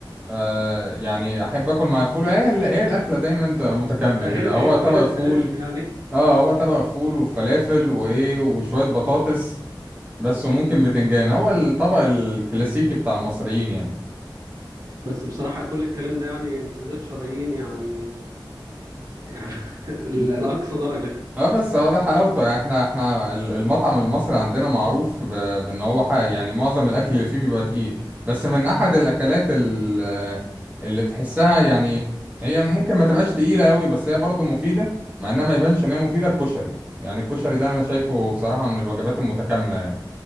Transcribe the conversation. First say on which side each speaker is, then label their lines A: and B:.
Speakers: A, on the right; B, on the right.
A: آه يعني احب اكل مع فول هي ال- هي الاكله دايما تبقى متكامله
B: آه،
A: كده
B: غير غير
A: هو طبق
B: غير الفلافل
A: فول
B: يعني
A: اه هو طبق فول وفلافل وايه وشويه بطاطس بس وممكن بتنجان هو الطبق الكلاسيكي بتاع المصريين يعني
B: بس بصراحة كل الكلام ده يعني انسداد شرايين يعني, يعني <laughs> لأقصى درجة
A: اه بس هو ده حلاوته يعني احنا احنا ال- المطعم المصري عندنا معروف ب... بان هو ح... يعني معظم الاكل اللي فيه بيبقى تقيل بس من احد الاكلات ال... اللي تحسها يعني هي ممكن ما تبقاش تقيلة قوي بس هي برضه مفيدة مع انها ما يبانش ان هي مفيدة الكشري يعني الكشري ده انا شايفه بصراحة من الوجبات المتكاملة يعني